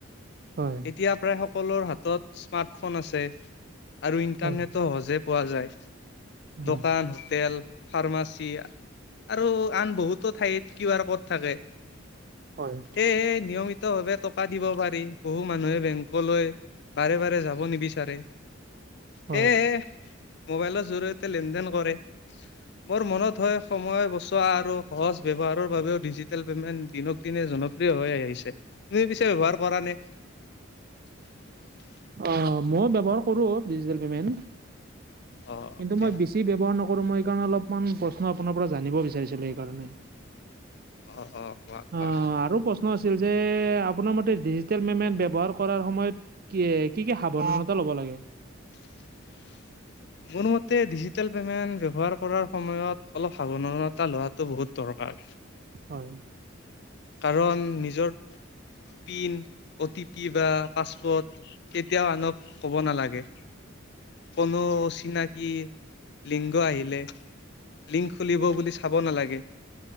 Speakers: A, on the right; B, on the left.
A: হয়
B: এতিয়া প্ৰায় সকলো হাতত স্মাৰ্টফোন আছে। আৰু ইণ্টাৰনেটো
A: হয়
B: সহজে পোৱা যায়
A: হয়
B: দোকান হোটেল। ফাৰ্মাচী আৰু আন বহুতো ঠাইত কিউ আৰ ক'ড থাকে।
A: হয়
B: এ হে নিয়মিত ভাৱে টকা দিব পাৰি বহু মানুহে বেংকলৈ বাৰে বাৰে যাব। হ'ব নিবিচাৰে
A: হয়
B: সেয়ে মবাইলৰ জৰিয়তে লেন দেেন কৰে বৰ মনত হয় সময় বস্তু পোৱা আৰু সহজ ব্যৱহাৰৰ বাবেও ডিজিটেল পেমেণ্ট দক দিনে জনপ্ৰিয় হৈ আহিছে তুমি পিছে ব্যৱহাৰ কৰা নে? <unintelligible>
A: অ মইয়ো ব্যৱহাৰ কৰো ডিজিটেল পেমেণ্ট।
B: অ'
A: কিন্তু
B: দিয়া।
A: মই বেছি ব্যৱহাৰ নকৰো। মই সকাৰণে অলপ প্ৰশ্ন আপোনাৰ পৰা জানিব বিচাৰিছিলো স কাৰণে।
B: অ' অ' কোৱা কোৱা।
A: অ আৰু প্ৰশ্ন আছিল যে আপোনাৰ মতে ডিজিটেল পেমেন্ট ব্যৱহাৰ কৰাৰ সময়ত কি কি কি সাৱধানতা ল'ব লাগে?
B: <unintelligible> কোনোমতে ডিজিটেল পে'মেণ্ট ব্যৱহাৰ কৰাৰ সময়ত অলপ সাৱধানতা লোৱাটো বহুত দৰকাৰ
A: হয়।
B: কাৰণ নিজৰ পিন অ' টি পি বা পাছৱৰ্ড কেতিয়াও আনক ক'ব নালাগে কোনো অচিনাকি লিংগ আহিলে লিংক খুলিব বুলি চাব নালাগে